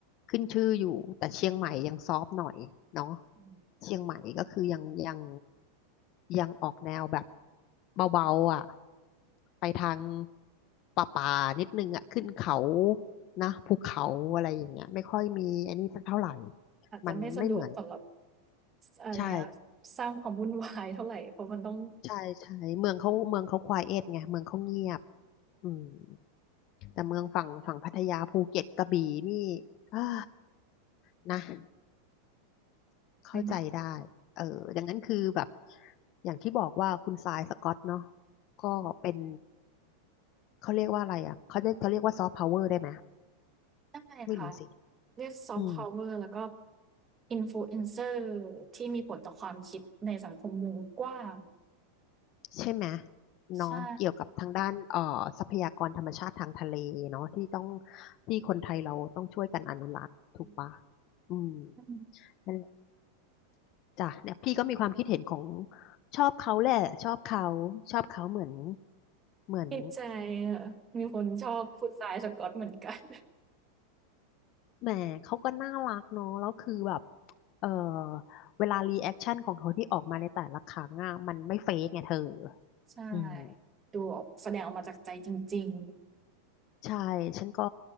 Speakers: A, on the left; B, on the right.
A: ขึ้นชื่ออยู่แต่เชียงใหม่ยังซอฟต์หน่อยเนาะ
B: อืม
A: เชียงใหม่ก็คือยังยังยังออกแนวแบบเบาๆอ่ะไปทางป่าป่านิดนึงอ่ะขึ้นเขานะภูเขาอะไรอย่างเงี้ยไม่ค่อยมีอันนี้สักเท่าไหร่
B: อาจจะไม่สะดวกสำหรับ
A: มันไม่เหมือน
B: สอะไรอะ
A: ใช่
B: สร้างความวุ่นวาย <laughs> เท่าไรเพราะมันต้อง
A: ใช่ใช่เมืองเขาเมืองเขาควายเอทไงเมืองเขาเงียบอืม แต่เมืองฝั่งฝั่งพัทยาภูเก็ตกระบี่นี่อ่านะเข้าใจได้เออดังนั้นคือแบบ
B: ไม่น่า <unintelligible> เลย
A: อย่างที่บอกว่าคุณทรายสกอตเนาะก็เป็นเขาเรียกว่าอะไรอ่ะเขาเรียกเขาเรียกว่าซอฟต์พาวเวอร์ได้ไหม
B: ได้นะคะ
A: ไม่รู้สิ
B: เรียกซอฟต์พาวเวอร์แล้วก็
A: อืม
B: Influencer ที่มีผลต่อความคิดในสังคมวงกว้าง
A: ใช่ไหม
B: ใช่
A: เนาะเกี่ยวกับทางด้านเอ่อทรัพยากรธรรมชาติทางทะเลเนาะที่ต้องที่คนไทยเราต้องช่วยกันอนุรักษ์ถูกปะ
B: อืม
A: อืม
B: ติ
A: ่ จ้ะเนี่ยพี่ก็มีความคิดเห็นของชอบเขาแหละชอบเขาชอบเขาเหมือนเหมือน
B: ดใจค่ะมีคนชอบคุณทรายสก็อตเหมือนกัน
A: แหมเขาก็น่ารักเนาะแล้วคือแบบเออเวลารีแอคชั่นของเขาที่ออกมาในแต่ละครั้งอ่ะมันไม่เฟกไงเธอ
B: ใช่
A: อืม
B: ดูออกแสดงออกมาจากใจจริง
A: ใช่ฉันก็